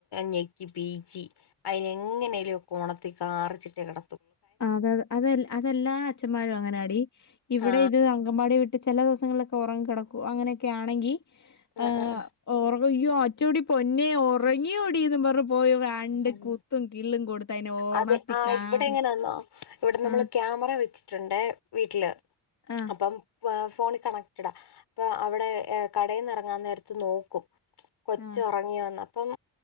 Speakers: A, on the left; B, on the left.
A: ഞെക്കി പീച്ചി അതിനന് എങ്ങനെലും കോണത്തിൽ കാറിച്ചിട്ടേ കിട
B: അത അതെ അതെല്ലാ അച്ഛന്മാരും അങ്ങനൊടി ഇവിടെ
A: ആ
B: ഇത് അങ്കമ്പാടി വിട്ട ട്ട് ചിലിവങ്ങളൊക്കെ ഉറങ്ങി കടക്കു അങ്ങനൊക്കെ ആണെങ്കിൽ
A: ഉം
B: ആഹ
A: ഉം
B: ഓർ അയ്യോ അച്ചോടി പൊന്നെ ഉറങ്ങിയ ഓടിയന്ന് പറ പോയി രണ്ട്
A: ഉം
B: കുത്തും കില്ലും കൊടുത്ത അതിനെ ഉണത്തി
A: അതെ ആ
B: കാറിച്ച്
A: ഇവിടെ എങ്ങനാന്നോ ഇവിടെ നമ്മൾ
B: ആഹ്
A: ക്യാമറ വെച്ചിട്ടുണ്ട് വീട്ടില്
B: ആഹ്
A: അപ്പം ഫോണിൽ കണക്റ്റഡാണ് അപ്പോം അവിടെ കടയിൽ നിന്ന ഇറങ്ങാൻ നേരത്ത് നോക്കും കൊച്
B: ആഹ്
A: ഉറങ്ങി വന്ന അപ്പം